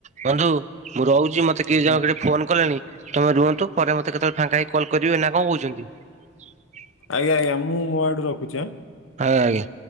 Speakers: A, on the right (about 35°); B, on the left (about 80°).
A: ବନ୍ଧୁ ମୁଁ ରହୁଛି ମତେ କି ଜଣ
B: ହୁଁ।
A: ଫୋନ କଲେଣି। ତମେ ରୁହନ୍ତୁ ପରେ ମତେ କେତେବେଳେ ଫାଙ୍କା ହେଇ କଲ କରିବେ ନା କଣ କହୁଛନ୍ତି?
B: ଆଜ୍ଞା ଆଜ୍ଞା ମୁଁ ମୋ ଆଡୁ ରଖୁଛି ଏଁ।
A: ହଁ ଆଜ୍ଞା।